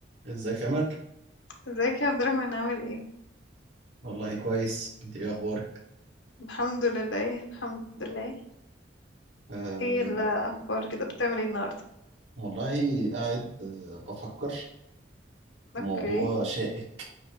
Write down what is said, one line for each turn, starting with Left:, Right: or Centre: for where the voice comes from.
Right: ازيك يا أمل؟
Left: ازيك يا عبد الرحمن عامل ايه
Right: والله كويس انت ايه اخبارك
Left: الحمد لله ايه الحمد لله
Right: أه
Left: ايه الاخبار كده بتعمل ايه النهارده
Right: والله قاعد أه بفكر في
Left: اوكي
Right: موضوع شائك